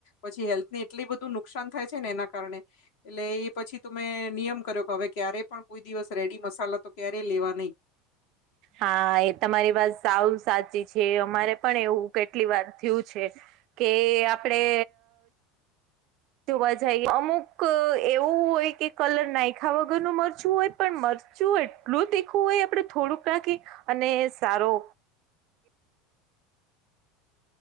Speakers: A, on the left (about 55°); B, on the right (about 50°).
A: પછી હેલ્થ ને એટલી બધું નુકસાન થાય છે ને એના કારણે એટલે એ પછી તો મે નિયમ કર્યો કે હવે ક્યારેય પણ કોઈ દિવસ રેડી મસાલા તો ક્યારેય લેવા નહીં.
B: હા એ તમારી વાત સાવ સાચી છે અમારે પણ એવું કેટલી વાર થયું છે કે આપડે જોવા જઈએ અમુક એવું હોય કે કલર નાયખા વગરનું મરચું હોય પણ મરચું એટલું તીખું હોય આપડે થોડુંક નાખી અને સારો